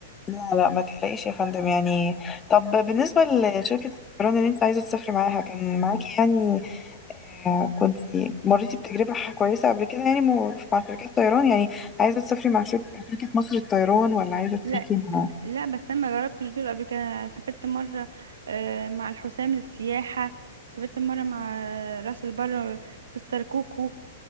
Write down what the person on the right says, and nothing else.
لا
لا بس انا ما جربتش دول قبل كده أنا سافرت مره آه، مع الحسام للسياحه سافرت مره مع راس البر مستر كوكو